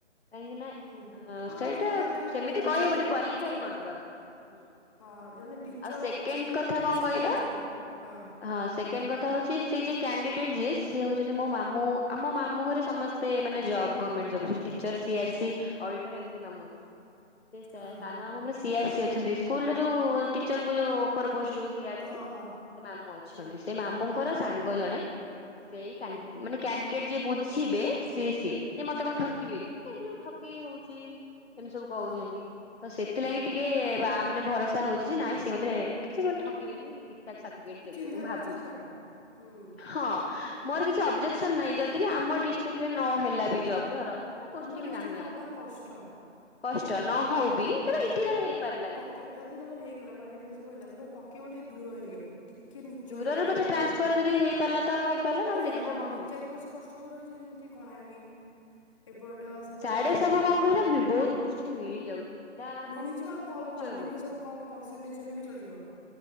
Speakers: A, on the left; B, on the left.
A: କାହିଁକି ନା
B: ହୁଁ ଆଉ
A: ସେଇଟା
B: ତମ ପାଖରେ ଜଣେ
A: ଏମିତି
B: କହୁଛନ୍ତି
A: କହିହବନି
B: ଜଣେ
A: କ୍ୱାଲିଫାଇ
B: ଟିଚର
A: କରିଦବା କଥା। ହୁଁ
B: ହଁ ଜଣେ ଟିଚର
A: ଆଉ ସେକେଣ୍ଡ
B: ଅଛି ତମ
A: କଥା
B: ପାଖରେ,
A: କଣ
B: ସେ
A: କହିଲ
B: କହୁଛନ୍ତି ହଁ।
A: ହଁ ସେକେଣ୍ଡ କଥା ହଉଛି ସେ ଯିଏ କ୍ୟାଣ୍ଡିଡେଟ୍ ଯିଏ ସିଏ ହଉଛନ୍ତି ମୋ ମାମୁଁ ଆମ ମାମୁଁଘରେ ସମସ୍ତେ ମାନେ ଜବ୍ ଗଭର୍ଣ୍ଣମେଣ୍ଟ ଜବ୍ ସବୁ ଟିଚର ସିଆର ସ ଅଡିଟର ଏମିତି ମାମୁ ଅଛନ୍ତି। ସେ ସମ
B: ହଁ ହଁ
A: ସିଆର ସ ଅଛନ୍ତି ସ୍କୁଲ ଯୋଉ ଟିଚର ଯୋଉ ଉପର ପୋଷ୍ଟ ଯୋଉ ସିଆର ସି।
B: ହଁ ହଁ
A: ସେ ମାମୁଁ ଅଛନ୍ତି,
B: ହୁଁ
A: ସେ ମାମୁଁଙ୍କର ସାଙ୍ଗ ଜଣେ ସେଇ
B: ହୁଁ
A: କାଣ୍ଡ ମାନେ କ୍ୟାଣ୍ଡିଡେଟ ଯିଏ ବୁଝିବେ, ସି ସିଏ, ଯେ ମତେ କଣ ଠ ଠିବ ମେ ଏ ଯୋ ଠକେଇ ହଉଛି ଏମିତି ସବୁ କହୁଛନ୍ତି
B: ହଁ
A: ତ ସେଥିଲାଗି
B: ହୁଁ
A: ଟିକେ ବା ମାନେ ଭରସା ହଉଛି ଯେ ନାଇଁ ସେ ମରେ କିଛିମାନେ ଠକିବେନି ସାଥିପିକେଟ
B: ସେ
A: ଦେବେ,
B: ଚିହ୍ନା
A: ମୁଁ ଭାବୁଛି।
B: ପରିଚୟ ନା ହୁଁ
A: ହଁ ମୋର କିଛି ଅବଜେକ୍ସନ ନାହିଁ ଯଦି ବି ଆମ ଡିଷ୍ଟ୍ରିକ୍ଟରେ ନହେଲା ବି ଜବ୍ ଧର ପୋଷ୍ଟିଂ
B: ଆମ ଡିଷ୍ଟ୍ରିକ୍ଟରେ
A: ନାହିଁ ଆମ
B: ହବା କଷ୍ଟ।
A: କଷ୍ଟ ନହଉ ବି, ତର ଏଇଠି ତର ହେଇ ପାରିଲାନି।
B: ଯମି ତମର ହେଇଗଲା, କାଲିଫାଇ ସବୁ ହେଲା ତମେ ପକେଇବ ଟିକେ ଦୂର ଏରିଆ, ହଉ। ଟିକେ ନିଚ
A: ଦୂରରେ
B: ଏରିଆ ଯୋଉଠି
A: ପଛେ ଟ୍ରାନ୍ସଫର
B: ଲୋକ
A: ଯଦି ହେଇପାରିଲା ତ ହେଇପାରିଲା
B: ପରେ
A: ନହେଲେ ଦେଖିବା
B: ହଁ
A: କଣ
B: ଦି
A: ହଉଛି।
B: ଚାରି ବର୍ଷ କଷ୍ଟକର ରହିଛି, ଯେମିତି କଳାହାଣ୍ଡି ଏପଟ ସେପଟ
A: ସାଡେ
B: ମୟୂରଭଞ୍ଜ
A: ସବୁ କଣ କହିଲ ମି ବହୁତ ପୋଷଟିଂ ମିଳିଯାଉଛି। ପିଲା
B: ମିଳିଯିବ
A: କମ କିନ୍ତୁ
B: ଆଉ କମ୍
A: ଟିଚର
B: କ୍ୱାଲିଫିକେସନ
A: ବହୁତ।
B: କମ୍ ପରସେଣ୍ଟେଜ ହେଲେ ବି ଚଳିଯିବ।